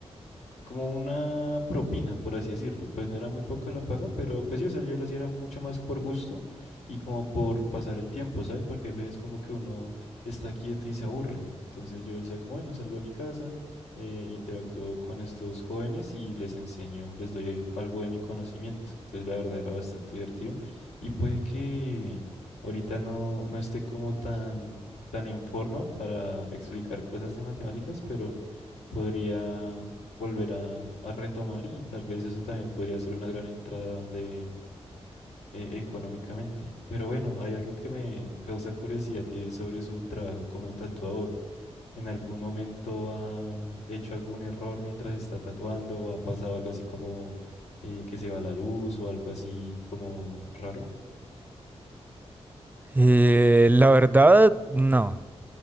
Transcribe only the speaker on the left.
como una propina, por así decirlo. Pues no era muy poca la paga, pero pues sí, o sea, yo lo hacía era mucho más por gusto y como por pasar el tiempo, ¿sabes? Porque a veces como que uno está quieto y se aburre. Entonces yo decía como, bueno, salgo de mi casa, eh, interactúo con estos jóvenes y les enseño, les doy ahí algo de mi conocimiento. Entonces la verdad era bastante divertido y puede que ahorita no, no esté como tan, tan en forma para explicar cosas de matemáticas, pero podría volver a, a retomar y tal vez eso también podría ser una gran entrada de eh, económicamente. Pero bueno, hay algo que me causa curiosidad y es sobre su trabajo como tatuador. ¿En algún momento ha hecho algún error mientras está tatuando o ha pasado algo así como eh, que se va la luz o algo así como raro?